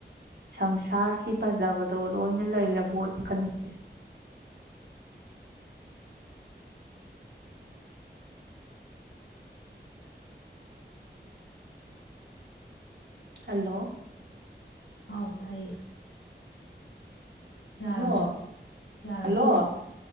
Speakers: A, on the right; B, on the left.
A: ꯁꯪꯁꯥꯔꯒꯤ ꯄꯖꯕꯗꯣ ꯂꯣꯏꯅ ꯂꯩꯔꯕꯣꯏ ꯈꯟꯅꯦ ꯍꯜꯂꯣ
B: ꯍꯥꯎ ꯇꯥꯏꯌꯦ
A: ꯍꯜꯂꯣ
B: ꯌꯥꯔꯕꯣ ꯌꯥꯔꯕꯣ
A: ꯍꯜꯂꯣ